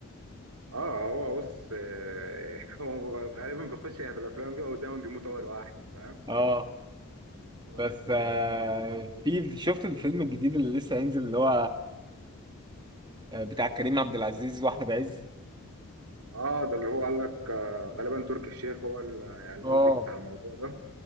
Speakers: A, on the right; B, on the right.
A: اه هو بص إيه، <laughs> هو غالبا بيخش يعني في الأفلام كده ودايما بيموت أول واحد فاهم
B: اه
A: بس
B: بس آه، في شفت الفيلم الجديد اللي لسه هينزل اللي هو آه، بتاع كريم عبد العزيز واحمد عز
A: اه ده اللي هو قال لك آه، غالبا تركي الشيخ هو ال- يعني المنتج
B: اه
A: بتاع الموضوع ده